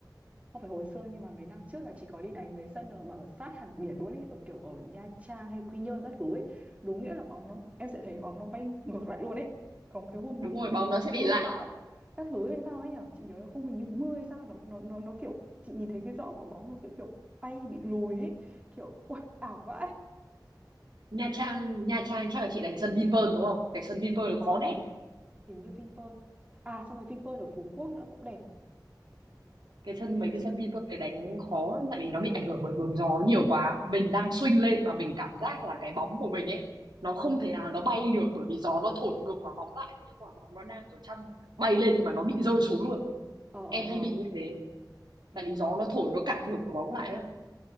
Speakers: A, on the right (about 15°); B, on the right (about 70°).
A: không phải hồi xưa nhưng mà mấy năm trước là chị có đi đánh mấy sân ở mà ở sát hẳn biển luôn ấy ở kiểu ở Nha Trang hay Quy Nhơn các thứ ấy đúng nghĩa là bóng nó em sẽ thấy bóng nó bay ngược lại luôn ấy còn cái hôm
B: đúng
A: nào kiểu
B: rồi bóng nó sẽ bị
A: mưa
B: lạng
A: bão các thứ hay sao ấy nhở chị nhớ không hình như mưa hay sao nó nó nó nó kiểu chị nhìn thấy cái rõ của bóng nó kiểu kiểu bay bị lùi ấy kiểu ui ảo vãi
B: Nha Trang Nha Trang chắc là chị đánh sân Vinpearl đúng không cái sân Vinpearl nó
A: ờ
B: khó đét
A: hình hình như Vinpearl à xong rồi Vinpearl ở Phú Quốc nữa cũng đẹp
B: cái sân
A: sân tài
B: mấy cái
A: chị
B: sân Vinpearl này đánh khó lắm, tại vì nó bị ảnh hưởng bởi hướng gió nhiều quá mình đang swing lên mà mình cảm giác là cái bóng của mình ấy nó không
A: ừ
B: thể nào nó bay được bởi vì gió nó
A: <laughs>
B: thổi ngược quả bóng lại thế là quả bóng nó đang ở trong bay lên nhưng mà nó bị rơi xuống luôn
A: ờ ờ
B: em hay
A: ờ
B: bị như thế
A: ừ
B: tại vì gió nó thổi nó cản ngược quả bóng lại á